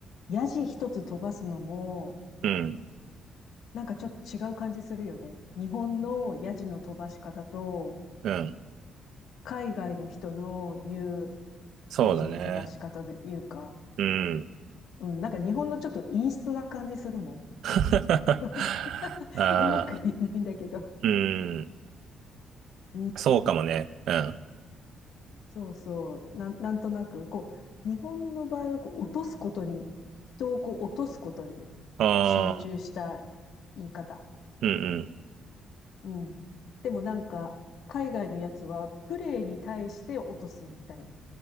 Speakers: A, on the left; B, on the right.
A: ヤジ一つ飛ばすのも、
B: うん、
A: なんかちょっと違う感じするよね。日本のヤジの飛ばし方と、
B: うん。
A: 海外の人の言う
B: そうだね。
A: ヤジの飛ばし方というか、
B: うん。
A: うん、なんか日本のちょっと陰湿な感じするもん。
B: <laughs>
A: <laughs> なんか
B: ああ。
A: うまく言えないんだけど。
B: うん。
A: うん、
B: そうかもね。うん。
A: そうそう。なん、なんとなく、こう、日本の場合はこう落とすことに、人をこう落とすことに
B: ああ、
A: 集中した言い方。
B: うんうん。
A: うん。でもなんか、海外のやつは、プレイに対して落とすみたいな。